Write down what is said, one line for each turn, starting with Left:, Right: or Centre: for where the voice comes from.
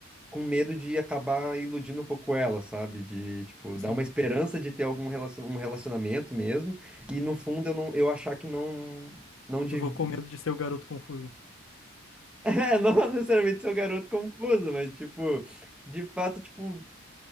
Centre: com medo de acabar iludindo um pouco ela, sabe? De, tipo,
Left: assim,
Centre: dar uma esperança de ter algum relacion, um relacionamento mesmo, e no fundo eu não, eu achar que não, não dev...
Left: tu ficou com
Centre: <laughs>
Left: medo de ser o garoto confuso.
Centre: É, não necessariamente ser o garoto confuso, mas, tipo, de fato, tipo.